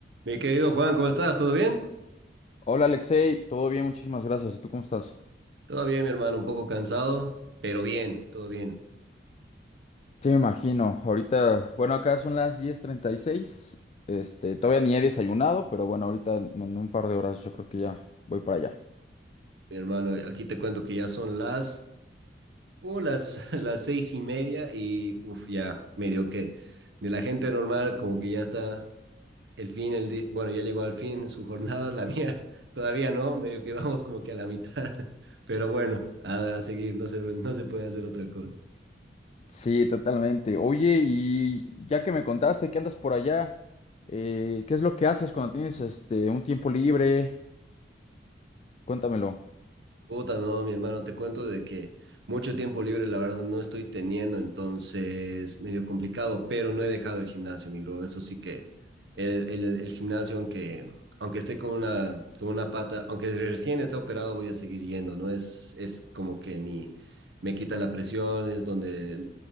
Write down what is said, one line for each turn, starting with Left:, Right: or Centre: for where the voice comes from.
Right: Mi querido Juan, ¿cómo estás? ¿Todo bien?
Left: Hola Alexei, todo bien, muchísimas gracias. ¿Y tú cómo estás?
Right: Todo bien, mi hermano, un poco cansado, pero bien, todo bien,
Left: Sí, me imagino. Ahorita, bueno, acá son las diez treinta y seis. Este, todavía ni he desayunado, pero bueno, ahorita en en un par de horas yo creo que ya voy para allá.
Right: mi hermano. Aquí te cuento que ya son las, uh, las, <laughs> las seis y media y uff, ya medio que de la gente normal como que ya está el fin, el di- bueno, ya llegó al fin su jornada, la mía <laughs> todavía no, medio que vamos como que a la mitad, <laughs> pero bueno, a, a seguir, no se, no se puede hacer otra cosa.
Left: Sí, totalmente. Oye, y ya que me contaste que andas por allá, eh, ¿qué es lo que haces cuando tienes este un tiempo libre? Cuéntamelo.
Right: Puta, no, mi hermano, te cuento de que mucho tiempo libre, la verdad, no estoy teniendo, entonces medio complicado, pero no he dejado el gimnasio, mi bro. Eso sí que el, el, el gimnasio, aunque, aunque esté con una, con una pata, aunque recién esté operado, voy a seguir yendo, ¿no? Es, es como que mi, me quita la presión, es donde